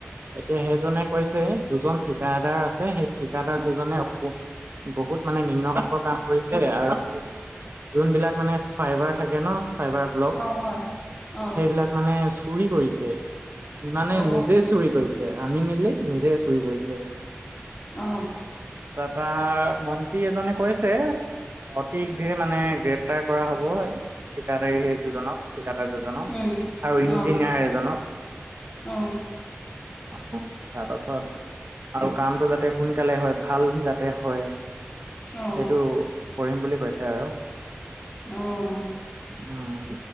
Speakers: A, on the right; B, on the left.
A: এতিয়া সেইজনে কৈছে দুজন ঠিকাদাৰ আছে সেই ঠিকাদাৰ দুজনে বহুত মানে নিম্ন কাম কৰিছে আৰু জোনবিলাক মানে ফাইবাৰ থাকে ন ফাইবাৰ ব্লক
B: অ হয় অ
A: সেইবিলাক মানে চুৰি কৰিছে মানে
B: অ
A: নিজে চুৰি কৰিছে আনি মেলি নিজে চুৰি কৰিছে।
B: অ
A: তাৰপৰা মন্ত্ৰী এজনে কৈছে অতিঘে মানে গ্ৰেপ আাৰ কৰা হ'ব ঠিকাদাৰী সেই দুজনক ঠিকাদাৰ দুজনক
B: উম
A: আৰু ইঞ্জিনিয়াৰ
B: অ
A: এজনক
B: অ'।
A: অ, তাৰপাছত আৰু কামটো যাতে সোনকালে হয় ভাল যাতে হয়।
B: অ'।
A: সেইটো কৰিম বুলি কৈছে আৰু।
B: আহ।
A: উম,